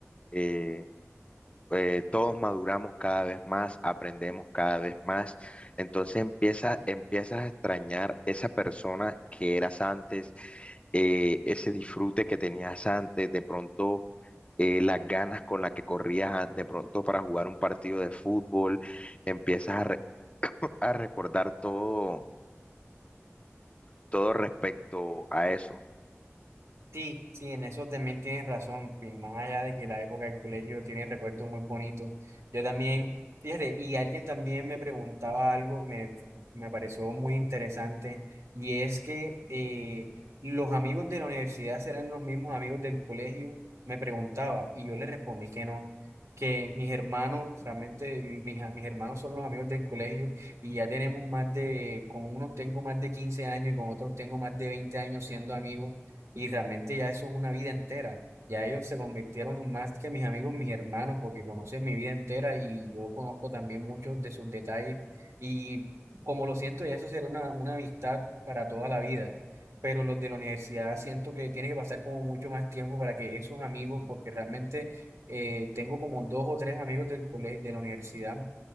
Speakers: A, on the left (about 25°); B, on the right (about 80°).
A: eh, eh, todos maduramos cada vez más, aprendemos cada vez más, entonces empieza, empiezas a extrañar esa persona que eras antes, eh, ese disfrute que tenías antes, de pronto eh, las ganas con las que corrías a- de pronto para jugar un partido de fútbol empiezas a a recordar todo, todo respecto a eso.
B: Sí, sí, en eso también tienes razón. y Más allá de que la época del colegio tiene recuerdos muy bonitos. Yo también, fíjate, y alguien también me preguntaba algo, me, me pareció muy interesante, y es que eh, los amigos de la universidad serán los mismos amigos del colegio, me preguntaba, y yo le respondí que no, que mis hermanos, realmente mis, a- mis hermanos son los amigos del colegio, y ya tenemos más de, con unos tengo más de 15 años y con otros tengo más de 20 años siendo amigos y realmente ya eso es una vida entera. Ya ellos se convirtieron en más que mis amigos, mis hermanos, porque conocen mi vida entera y yo conozco también muchos de sus detalles. Y como lo siento, ya eso será una, una amistad para toda la vida. Pero los de la universidad siento que tiene que pasar como mucho más tiempo para que esos amigos, porque realmente eh, tengo como dos o tres amigos del colegio, de la universidad